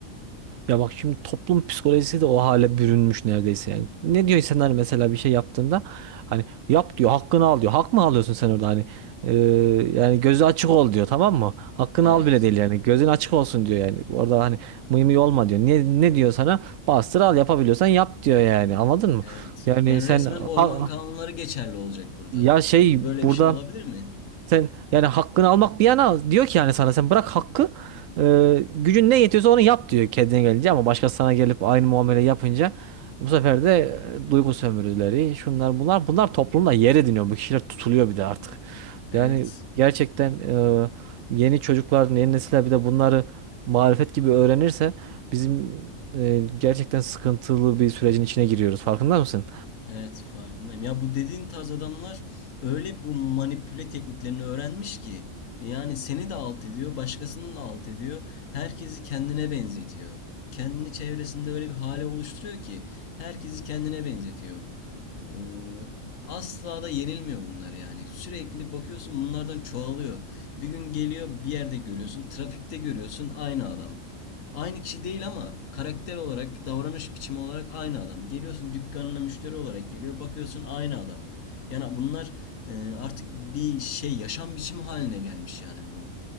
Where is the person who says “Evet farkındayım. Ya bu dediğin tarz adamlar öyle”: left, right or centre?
Left